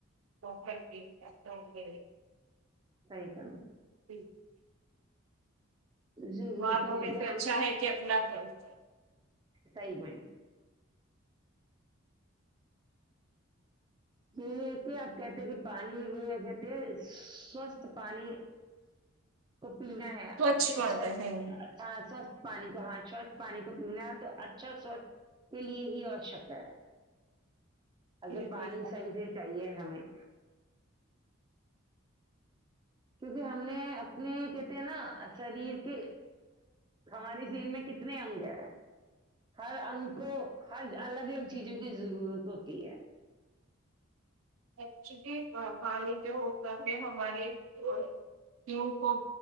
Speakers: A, on the right (about 80°); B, on the right (about 20°).
A: کون کو اے
B: صحی چم
A: <inaudible>
B: ضرورت
A: بیمار ہونے
B: ہوتی
A: سے اچھا ہے کہ اپنا سر سر
B: صی میں یہی ہے کہ آپ کہتے ہیں کہ پانی یہ کہتے ہیں سوستھ پانی کو پینا ہے
A: سوچھ
B: اچھے
A: پانا
B: سوستھ
A: ہے
B: پانی کو ہاں سوچھ پانی کو پینا ہے تو اچھا سوچھ کے لیے ہی آشک ہے اچھا
A: جی
B: پانی
A: جی
B: صحیح سے چاہیے ہمیں کیونکہ ہم نے نہیںیک کہتے ہیں نا شریر کے ہمارے شریر میں کتنے اگ ہے ہر انگ کو ہر الگ الگ چیزوں کی ضرورت ہوتی ہے
A: ایکچولی پانی جو ہوگا ہے ہمارےوں کو